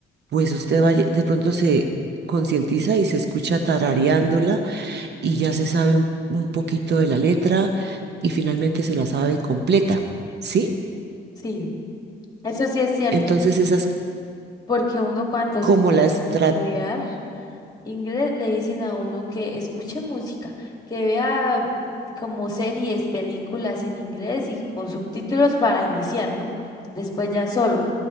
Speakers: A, on the right; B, on the left.
A: pues usted va, lle- de pronto se... concientiza y se escucha tarareándola y ya se sabe un, un poquito de la letra y finalmente se la sabe completa, ¿sí?
B: sí. Eso sí es cierto,
A: Entonces esa es
B: porque uno cuando
A: como
B: se mete
A: la estrategia.
B: a estudiar. inglés le dicen a uno que escuche música, que vea como series, películas en inglés y con subtítulos para iniciar, ¿no? Después ya solo.